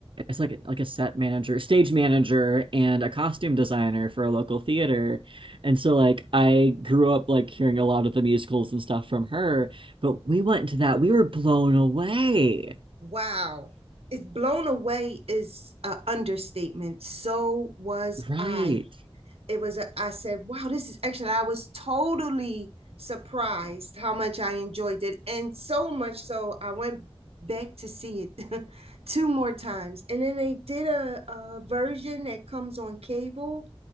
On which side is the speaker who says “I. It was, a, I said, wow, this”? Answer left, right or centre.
Right